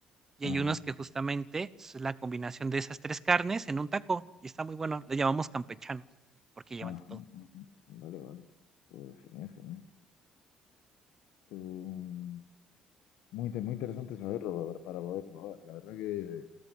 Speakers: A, on the right; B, on the left.
A: Y
B: ajá,
A: hay unos que justamente es la combinación de esas tres carnes en un taco y está muy bueno. Le llamamos campechanos porque llevan
B: ajá,
A: de todo.
B: ajá. Vale, vale. Pues genial, genial. Pero, mm, muy, inte- muy interesante saberlo pa- para poder probar. La verdad que